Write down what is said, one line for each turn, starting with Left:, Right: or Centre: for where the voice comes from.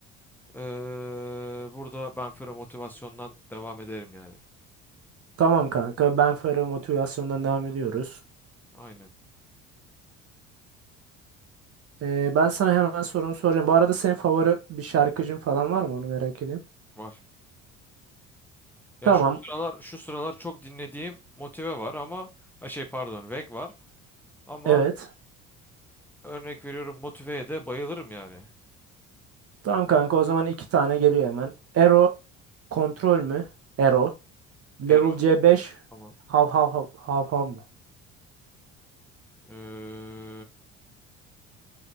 Centre: eee, burada ben Fero motivasyondan devam ederim yani.
Right: Tamam kanka. Benfero Motivasyon'dan devam ediyoruz.
Centre: Aynen.
Right: Ee, ben sana hemen sorumu soracağım. Bu arada senin favori bir şarkıcın falan var mı? Onu merak edeyim.
Centre: Var. Yani
Right: Tamam.
Centre: şu sıralar şu sıralar çok dinlediğim motive var ama ha şey pardon Veg var ama
Right: Evet.
Centre: örnek veriyorum motiveye de bayılırım yani.
Right: Tamam kanka. O zaman iki tane geliyor hemen. Ero Kontrol mü? Ero. Level
Centre: Ero.
Right: c beş
Centre: Tamam.
Right: Hav hav hav hav hav mı?
Centre: Ee,